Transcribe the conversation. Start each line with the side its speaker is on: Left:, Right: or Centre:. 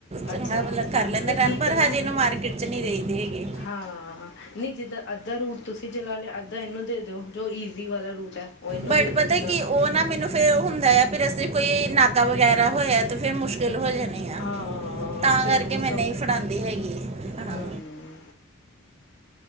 Right: ਚੰਗਾ
Left: ਅੱਛਾ
Right: ਮਤਲਬ ਕਰ ਲੈਂਦਾ
Left: ਤੇ ਠੀਕ
Right: ਟਨ। ਪਰ
Left: ਹੈ ਨਾ
Right: ਹਜੇ ਇਹਨੂੰ ਮਾਰਕੀਟ ਚ' ਨਹੀਂ ਦੇਦੇ ਹੈਗੇ।
Left: ਹਾਂ। ਨਹੀਂ ਜਿੱਦਾਂ ਅੱਧਾ ਰੂਟ ਤੁਸੀਂ ਜੇ ਲਾ ਲਿਆ, ਅੱਧਾ ਇਹਨੂੰ ਦੇ ਦਿਓ ਜੋ ਈਜ਼ੀ ਵਾਲਾ ਰੂਟ ਹੈ। ਉਹ ਇਹਨੂੰ
Right: ਬਟ
Left: ਦੇ ਦਿਓ
Right: ਪਤਾ
Left: ਜਿੱਦਾਂ
Right: ਕੀ, ਉਹ ਨਾ ਮੈਨੂੰ ਫੇਰ ਉਹ ਹੁੰਦਾ ਆ ਫਿਰ ਅਸੀਂ ਕੋਈ ਨਾਕਾ ਵਗੈਰਾ ਹੋਇਆ, ਤੇ ਫਿਰ ਮੁਸ਼ਕਿਲ ਹੋ ਜਾਣੀ। ਆ
Left: ਹਾਂ।
Right: ਤਾਂ
Left: ਫੇਰ
Right: ਕਰਕੇ
Left: ਉਹ
Right: ਮੈਂ
Left: ਸਭ
Right: ਨਹੀਂ ਫੜਾਉਂਦੀ ਹੈਗੀ ਹਾਂ
Left: ਹੂੰ।